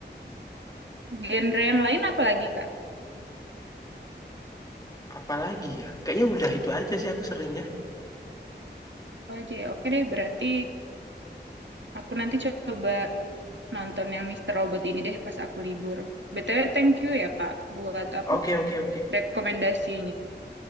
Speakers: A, on the right; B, on the left.
A: Genre yang lain apa lagi, Kak?
B: Apalagi ya, kayaknya udah itu aja sih aku seringnya.
A: Apa aja ya? Oke deh, berarti aku nanti coba nonton yang Mister Robot ini deh pas aku libur. BTW, thank you ya, Kak, buat apa?
B: Oke oke oke,
A: Rekomendasinya.